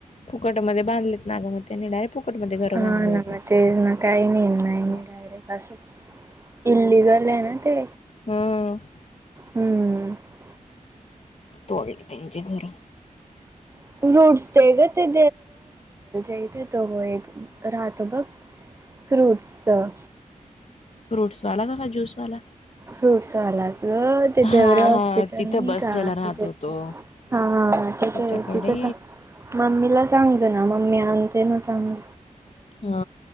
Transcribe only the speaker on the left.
फुकटमध्ये बांधलेत ना ग मग त्याने डा फुकटमध्ये घरं
बांधली
होती.
मग.
हा.
तोडले त्यांचे घर
फ्रूटसवाला का जूसवाला?
हां,
हां. तिथं
बसलेला
राहतो
तो.
त्याच्याकडे.
हा